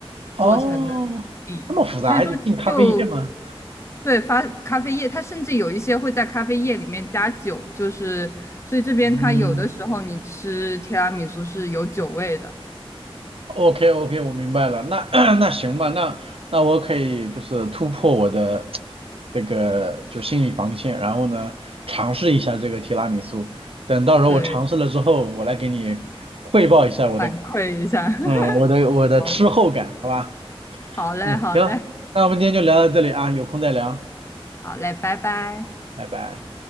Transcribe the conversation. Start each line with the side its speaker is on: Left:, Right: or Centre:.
Right: 哦，
Left: 做成的底，
Right: 这么复杂，
Left: 所以说就
Right: 还得进咖啡店吗？
Left: 对发咖啡液，它甚至有一些会在咖啡液里面加酒，就是所以这边它有的时候你吃提拉米苏是有酒味的，
Right: 嗯。OK OK，我明白了。那 <clears throat> 那行吧，那那我可以就是突破我的这个就心理防线，然后呢尝试一下这个提拉米苏。等到时候我尝试了之后，
Left: 对，
Right: 我来给你汇报一下我的
Left: 反馈一下，<laughs>
Right: 嗯我的我的吃后感，
Left: 好嘞，
Right: 好吧？
Left: 好嘞，
Right: 嗯，
Left: 好嘞，
Right: 行，那我们今天就聊到这里啊，有空再聊，
Left: 好嘞，拜拜。
Right: 拜拜。